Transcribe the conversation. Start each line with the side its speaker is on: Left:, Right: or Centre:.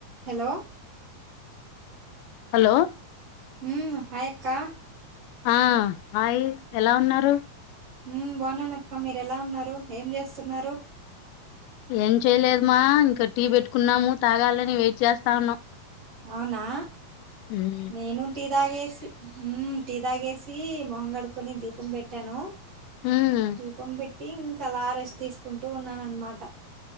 Right: Hello
Left: hello
Right: ఊమ్ hi అక్కా
Left: ఆ హాయ్ ఎలా ఉన్నారు
Right: ఉమ్ బాగున్నానక్క మీరు ఎలా ఉన్నారు ఏం చేస్తున్నారు
Left: ఏం చేయలేదు మా ఇంకా టీ పెట్టుకున్నాము తాగాలని వెయిట్ చేస్తా ఉన్నాము
Right: అవునా
Left: హ
Right: నేను టీ తాగేసి టీ ఉమ్మ్ తాగేసి మొహం కడుకొని దీపం పెట్టాను
Left: ఉమ్
Right: దీపం పెట్టి ఇంకా అలా అ రెస్ట్ తీసుకుంటూ ఉన్నానునమాట